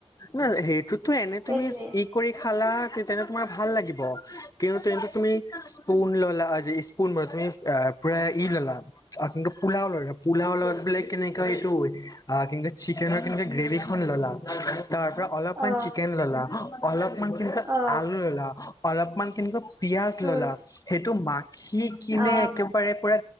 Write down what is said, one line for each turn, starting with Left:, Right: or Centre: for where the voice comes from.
Left: ন সেই তো, এনে
Right: সেইটোৱে
Left: তুমি ই কৰি খালা তেন্ত তোমাৰ ভাল লাগিব, কিয়তু তেন্ত তুমি স্পুন ললা, স্পুন ব, তুমি পুৰা, ই ল'লা কিন্তু পোলাও ললা, পোলাও বোলে কেনেককাা এইটো, আহ কিন্ত চিকেনৰ কেনে গ্ৰেভিখন ললা তাৰ পৰা অলপমান
Right: অ
Left: চিকেন ল'লা অলপ মানে কিন্ত
Right: অ
Left: আলু এলা অলপমান কেনেকা পিয়াজ
Right: উম
Left: ললা, সেইটো মাত সি কিনে
Right: অ
Left: একেবাৰে পুৰা